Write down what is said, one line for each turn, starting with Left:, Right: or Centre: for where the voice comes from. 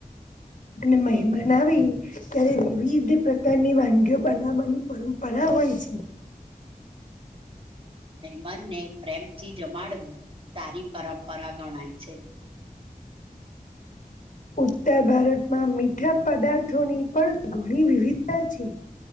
Left: મહેમાન આવી ત્યારે વિવિધ પ્રકારની વાનગીઓ બનાવવાની પરંપરા હોય છે
Right: મહેમનને પ્રેમથી જમાડવું સારી પરંપરા ગણાય છે <inaudible> <inaudible>
Left: ઉત્તર ભારતમાં મીઠા પદાર્થોની પણ ઘણી વિવિધતા છે